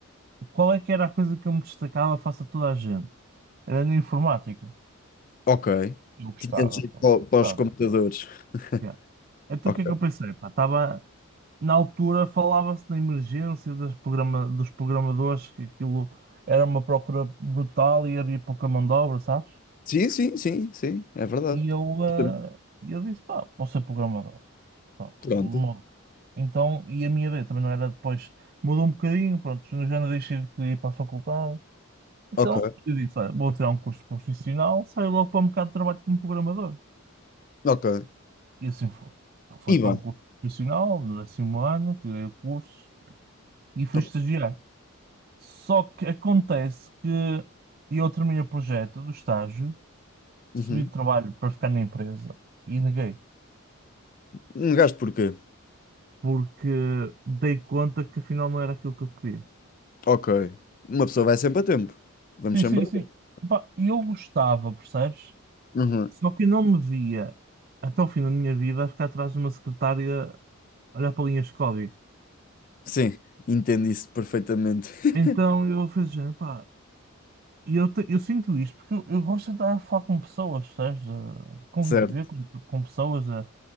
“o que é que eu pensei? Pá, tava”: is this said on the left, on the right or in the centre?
Right